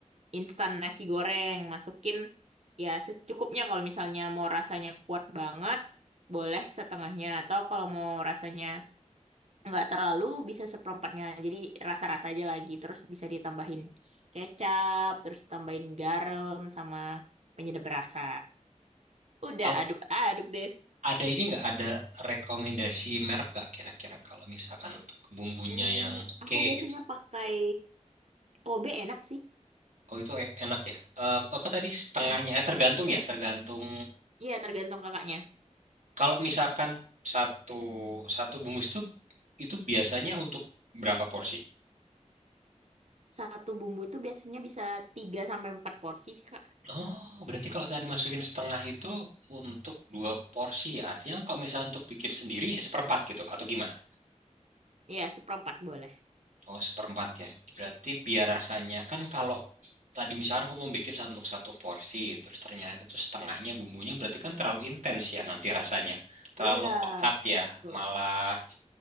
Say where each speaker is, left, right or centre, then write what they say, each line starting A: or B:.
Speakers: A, on the right; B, on the right.
A: instan nasi goreng, masukin ya secukupnya kalau misalnya mau rasanya kuat banget, boleh setengahnya atau kalau mau rasanya nggak terlalu bisa seperempatnya. Jadi rasa-rasa aja lagi, terus bisa ditambahin kecap, terus tambahin garam sama penyedap rasa. Udah
B: Al-
A: aduk-aduk deh.
B: ada ini nggak ada rekomendasi merek nggak kira-kira kalau misalkan untuk bumbunya
A: Hmm,
B: yang oke
A: aku biasanya
B: gitu.
A: pakai Kobe enak sih.
B: Oh itu e- enak ya. Eh, apa tadi setengahnya?
A: Hmm,
B: Eh, tergantung ya, tergantung.
A: iya tergantung kakaknya.
B: Kalau misalkan satu satu bungkus itu itu biasanya untuk berapa porsi?
A: Satu bumbu itu biasanya bisa 3 sampai 4 porsi sih, Kak.
B: Oh, berarti kalau saya dimasukin setengah itu untuk dua porsi ya. Artinya kalau misalnya untuk bikin sendiri seperempat gitu atau gimana?
A: Iya, seperempat boleh.
B: Oh, seperempat ya. Berarti biar rasanya kan kalau tadi misalnya aku mau bikin satu- untuk satu porsi, terus ternyata itu setengahnya bumbunya berarti kan terlalu intens ya nanti rasanya. Terlalu
A: Iya.
B: pekat ya,
A: Betul.
B: malah